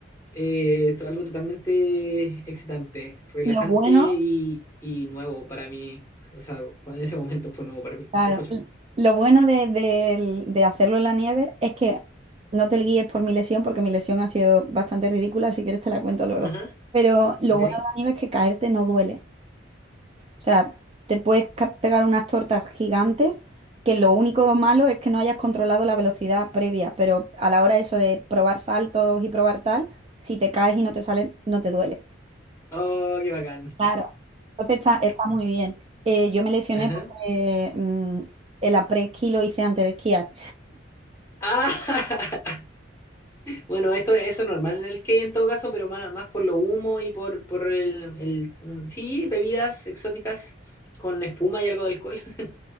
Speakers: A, on the left; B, on the right.
A: eh, to- algo totalmente excitante, relajante
B: lo bueno,
A: y, y nuevo para mí. O sea, cuando en ese momento fue nuevo para mí.
B: claro,
A: Te escucho.
B: lo bueno de, de de hacerlo en la nieve es que no te guíes por mi lesión, porque mi lesión ha sido bastante ridícula, si quieres te la cuento luego.
A: Ajá,
B: Pero lo
A: ok.
B: bueno de la nieve es que caerte no duele. O sea, te puedes ca- pegar unas tortas gigantes que lo único malo es que no hayas controlado la velocidad previa, pero a la hora eso de probar saltos y probar tal, si te caes y no te sale, no te duele.
A: Oh, qué bacán.
B: Claro. Entonces está, está muy bien. Eh, yo me lesioné
A: Ajá.
B: porque mm, el après-ski lo hice antes de esquiar.
A: Ah, <laughs> Bueno, esto, eso es normal en el skate en todo caso, pero más, más por lo humo y por, por el, el- mm, Sí, bebidas exóticas con espuma y algo de alcohol. <laughs>